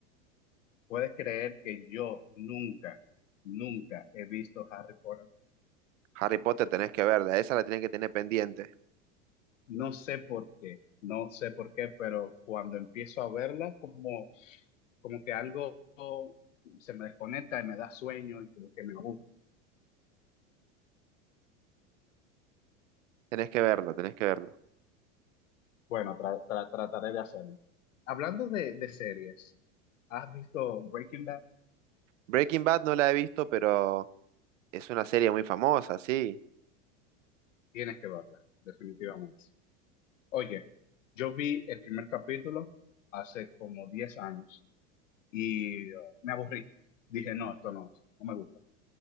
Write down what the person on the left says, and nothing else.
¿Puedes creer que yo nunca, nunca he visto Harry Potter?
No sé por qué, no sé por qué, pero cuando empiezo a verla, como, como que algo se me desconecta y me da sueño y como que me aburre.
Bueno, tra- tra- trataré de hacerlo. Hablando de, de series, ¿has visto Breaking Bad?
Tienes que verla, definitivamente. Oye, yo vi el primer capítulo hace como 10 años y eh, me aburrí. Dije, no, esto no, no me gusta.